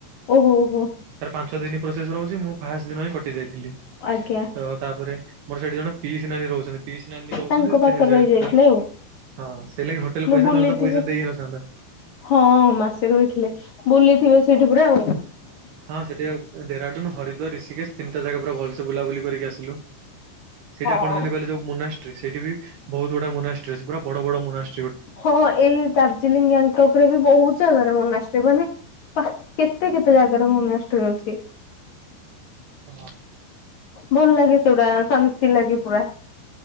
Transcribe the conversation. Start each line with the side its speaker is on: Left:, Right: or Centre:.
Left: ଓହୋ ହୋ।
Right: ତାର ପାଞ୍ଚ ଦିନ ପ୍ରୋସେସ୍ ରହୁଛି ମୁଁ ଫାଷ୍ଟ ଦିନ ହିଁ କଟି ଯାଇଥିଲି।
Left: ଆଜ୍ଞା
Right: ତ ତାପରେ ମୋର ସେଇଠି ଜଣେ। ପିଇସି ନାନୀ ରହୁଛନ୍ତି। ପିଇସି ନାନୀ ରହୁଛନ୍ତି
Left: ତାଙ୍କ ପାଖରେ
Right: ଯେ ଯେହତୁ
Left: ରହିଯାଇଥିଲେ
Right: ତାଙ୍କ,
Left: ଆଉ।
Right: ହଁ ସେ ଲାଗି ହୋଟେଲ
Left: ହେଲେ
Right: ପଇସା
Left: ବୁଲିଥିବେ?
Right: ନହେଲେ ତ ପଇସା ଦେଇ ହିଁ ନଥାନ୍ତା।
Left: ହଁ ମାସେ ରହିଥିଲେ ବୁଲିଥିବେ ସେଇଠି ପୁରା ଆଉ।
Right: ହଁ ସେଠୀକା ଡେରାଡୁନ ହରିଦ୍ୱାର ରିଷିକେଶ ତିନିଟା ଜାଗା ପୁରା ଭଲସେ ବୁଲାବୁଲି କରିକି ଆସିଲୁ। ସେଠି
Left: ହଁ।
Right: ଆପଣ ଯେମିତି କହିଲେ ଯୋଉ ମୁନାଷ୍ଟ୍ରିସ ସେଇଠୀ ବି ବହୁତ୍ ଗୁଡା ମୁନାଷ୍ଟ୍ରିସ, ପୁରା ବଡ ବଡ ମୁନାଷ୍
Left: ହଁ ଏଇ ଦାର୍ଜିଲିଂ ଗାଙ୍ଗଟକ ରେ ବି ବହୁତ ଜାଗାରେ ମୋନାଷ୍ଟ୍ରୀ ମାନେ। ବା କେତେ କେତେ ଜାଗାର ମୋନାଷ୍ଟ୍ରି ଅଛି।
Right: ହଁ।
Left: ଭଲ ଲାଗେ ସେଗୁଡା ଶାନ୍ତି ଲାଗେ ପୁରା।